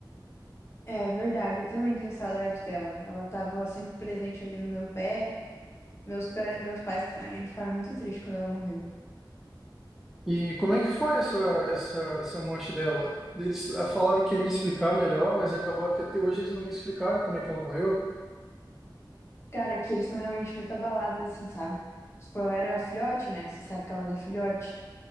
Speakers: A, on the left; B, in the centre.
A: É verdade, eu também tenho saudade dela. Ela tava sempre presente ali no meu pé. Meus, pé- meus pais também ficaram muito tristes quando ela morreu.
B: E como é que foi essa, essa, essa morte dela? Eles ah, falaram que ia me explicar melhor, mas acabaram que até hoje eles não me explicaram como é que ela morreu.
A: Cara, que eles estão realmente muito abalados, assim, sabe? Tipo, ela era filhote, né? Você sabe que ela era filhote.